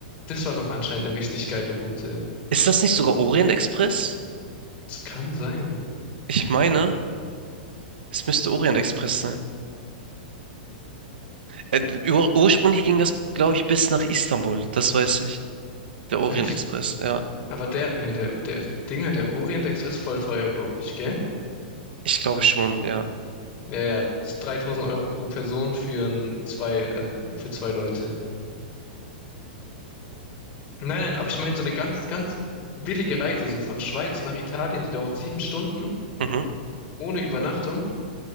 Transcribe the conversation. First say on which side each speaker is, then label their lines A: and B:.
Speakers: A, on the left; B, on the right.
A: Das war noch anscheinend eine richtig geile Route.
B: Ist das nicht sogar Orient Express?
A: Das kann sein.
B: Ich meine, es müsste Orient Express sein. Äh, ur ursprünglich ging das, glaube ich, bis nach Istanbul. Das weiß ich. Der Orient
A: Echt?
B: Express, ja.
A: Aber der, nee, der, der Dinger, der Orient Express voll teuer, glaube ich, gell?
B: Ich glaube schon, ja.
A: Ja, ja, 3000 Euro pro Person für ein, zwei, also für zwei Leute. Nein, nein, aber ich meine so eine ganz, ganz billige Reise, so von Schweiz nach Italien, die dauert sieben Stunden,
B: Mhm.
A: ohne Übernachtung.